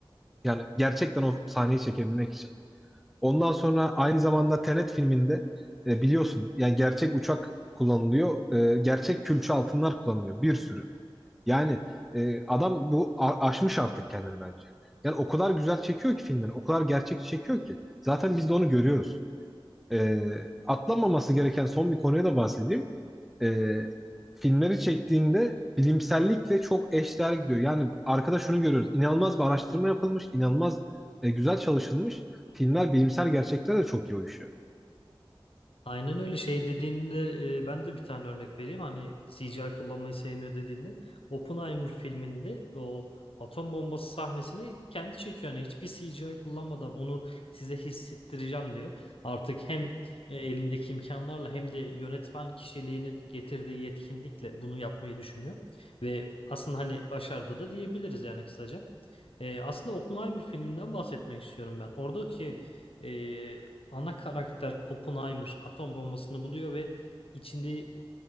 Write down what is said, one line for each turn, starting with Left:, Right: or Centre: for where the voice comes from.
Centre: Yani gerçekten o sahneyi çekebilmek için. Ondan sonra aynı zamanda Tenet filminde e, biliyorsun yani gerçek uçak kullanılıyor. E, gerçek külçe altınlar kullanılıyor. Bir sürü. Yani e, adam bu a- aşmış artık kendini bence. Yani o kadar güzel çekiyor ki filmleri, o kadar gerçekçi çekiyor ki. Zaten biz de onu görüyoruz. E, atlanmaması gereken son bir konuya da bahsedeyim. E, filmleri çektiğinde bilimsellikle çok eşdeğer gidiyor. Yani arkada şunu görüyoruz. İnanılmaz bir araştırma yapılmış, inanılmaz e, güzel çalışılmış. Filmler bilimsel gerçeklere de çok iyi uyuşuyor.
Left: Aynen öyle şey dediğinde e, ben de bir tane örnek vereyim. Hani CGI kullanmayı sevmiyor dediğinde Oppenheimer filminde o atom bombası sahnesini kendi çekiyor. Yani hiçbir CGI kullanmadan onu size hissettireceğim diyor. Artık hem e, elindeki imkanlarla hem de yönetmen kişiliğinin getirdiği yetkinlikle bunu yapmayı düşünüyor. Ve aslında hani başardı da diyebiliriz yani kısaca. E, aslında Oppenheimer filminden bahsetmek istiyorum ben. Oradaki e, ana karakter Oppenheimer atom bombasını buluyor ve içinde